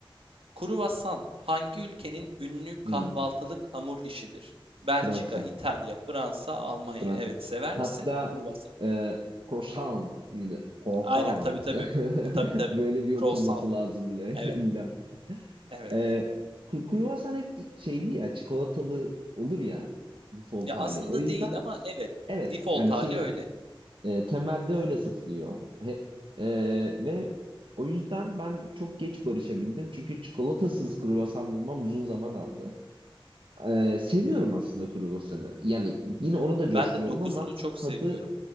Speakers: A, on the right; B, on the right.
A: Kruvasan hangi ülkenin ünlü kahvaltılık
B: Hı,
A: hamur işidir? Belçika,
B: Fransa.
A: İtalya, Fransa, Almanya.
B: Fransa.
A: Evet, sever
B: Hatta
A: misin kruvasan?
B: e, Korsan mıydı? Korhan.
A: Aynen tabii tabii.
B: <laughs>
A: E, Tabii tabii.
B: Böyle bir okunması
A: Croissant.
B: lazım illa. <laughs>
A: Evet.
B: illa.
A: Evet.
B: E, kru- kruvasan hep şeyli ya, çikolatalı olur ya default
A: Ya
B: hali.
A: aslında
B: O yüzden
A: değil ama evet.
B: evet
A: Default
B: yani
A: hali
B: şey
A: öyle.
B: e, temelde öyle satılıyor hep. E, ve o yüzden ben çok geç barışabildim. Çünkü çikolatasız kruvasan bulmam uzun zaman aldı. E, seviyorum aslında kruvasanı. Yani yine ona da coşmuyorum
A: Ben de dokusunu
B: ama
A: çok
B: tadı
A: seviyorum.